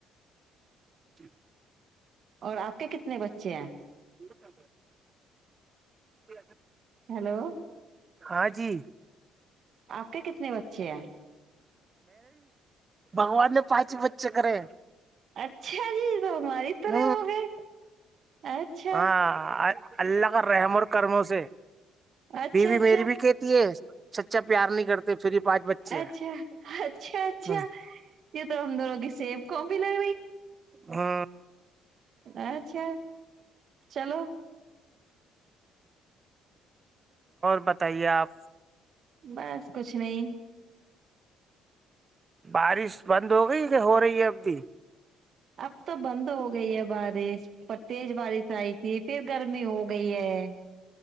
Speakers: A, on the right; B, on the right.
A: جٹھ
B: اور آپ کے کتنے بچے ہیں
A: ج کہ جی
B: ہیلو
A: ہاں جی
B: آپ کے کتنے بچے ہیں
A: بگوان نے پانچ بچے کرے
B: اچھا جی تو ہماری طرح
A: ہ
B: ہو گئے اچھا
A: ہاں اللہ کا رحمر سمو سے
B: اچھا
A: بیوی
B: اچھا
A: میری بھی کہتی ہے سچا پیار نہیں کرتے پھر ہی پانچ بچے
B: اچھا اچھا اچھا
A: ہیں
B: یہ تو ہمدور سیب کوم بھی لگ <unintelligible>
A: ہاں
B: اچھا چلو
A: اور بتائیے آپ
B: بس کچھ نہیں
A: بارش بند ہو گئی کہ ہو رہی ہے اب بھی
B: اب تو بند ہو گئی ہے بارش تیز بارش آئی تھی پھر گرمی ہو گئی ہے